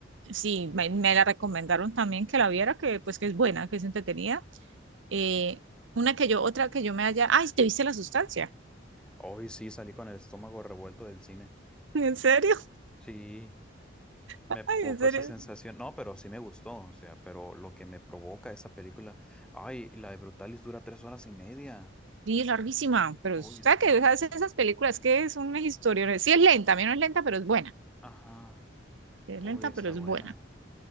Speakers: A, on the right (about 80°); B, in the centre.
A: Sí, me, me la recomendaron también que la viera, que pues que es buena, que es entretenida. Eh, una que yo, otra que yo me haya, ay, ¿te viste La Sustancia?
B: Hoy sí salí con el estómago revuelto del cine.
A: <laughs> ¿En serio?
B: Sí.
A: Ay,
B: Me provocó
A: ¿en serio?
B: esa sensación, no, pero sí me gustó, o sea, pero lo que me provoca esa película, ay, la de Brutalis dura tres horas y media,
A: Sí, larguísima, pero
B: hoy
A: sabes
B: es larga,
A: que esas, esas películas que es una historia, sí es lenta, a mí no es lenta, pero es buena.
B: ajá,
A: Sí es
B: hoy
A: lenta,
B: está
A: pero es
B: buena,
A: buena.